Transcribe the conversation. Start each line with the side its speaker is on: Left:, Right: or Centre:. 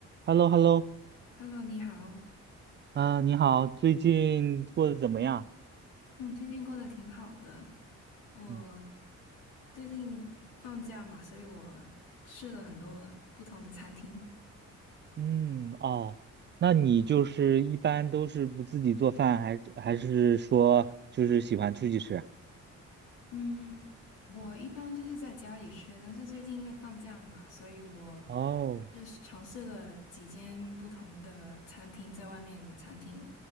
Right: h e l l o h e l l o
Left: Hello，你好。
Right: 啊，你好，最近过得怎么样？
Left: 嗯，最近过得挺好的。我
Right: 嗯，
Left: 最近放假嘛，所以我试了很多不同的餐厅。
Right: 嗯，哦，那你就是一般都是不自己做饭，还还是说就是喜欢出去吃？
Left: 嗯，我一般就是在家里吃，但是最近因为放假嘛，所以我
Right: 哦，
Left: 就是尝试了几间不同的餐厅，在外面的餐厅，